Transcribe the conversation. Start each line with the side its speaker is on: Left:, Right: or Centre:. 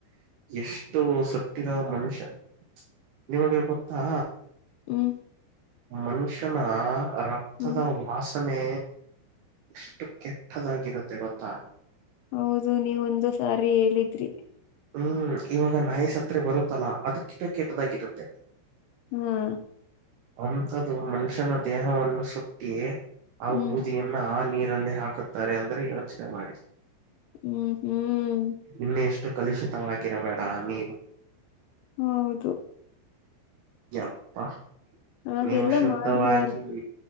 Right: ಯ ಇದು ಸುಟ್ಟಿದ ಮನುಷ್ಯ ನಿಮಗೆ ಗೊತ್ತಾ
Left: ಹ್ಮ್
Right: ಮನುಷ್ಯನ ರಕ್ತದ
Left: ಹ್ಮ್
Right: ವಾಸನೆ ಎಷ್ಟು ಕೆಟ್ಟದಾಗಿರುತ್ತೆ ಗೊತ್ತಾ
Left: ಹೌದು ನೀವು ಒಂದು ಸಾರಿ ಹೇಳಿದ್ರಿ
Right: ಹ್ಮ್ ಇವಾಗ ನಾಯಿಸ್ತ್ತ ಬರುತ್ತಲ್ಲಾ ಅದುಕ್ಕಿಡ ಕೆಟ್ಟದಾಗಿರುತ್ತೆ
Left: ಹ್ಮ್
Right: ಅಂಥ್ದು ಮನುಷ್ಯನ ದೇಹವನ್ನು ಸುಟ್ಟಿ ಆ
Left: ಹ್ಮ್
Right: ಬೂದಿಯನ್ನು ಹ ನೀರಂದೇ ಹಾಕುತ್ತಾರೆ ಅಂದ್ರೆ ಯೋಚನೆ ಮಾಡಿ
Left: ಹ್ಮ್ ಹ್ಮ್
Right: ಇನ್ನು ಎಷ್ಟು ಕಲುಷಿತವಾಗಿರಬೇಡ ನೀರು
Left: ಹೌದು
Right: ಪ್ಪ
Left: ಹಾಗೆಲ್ಲ
Right: ನೀವು ಶುದ್ಧವಾಗಿ
Left: ಮಾಡಬಾರ್ದು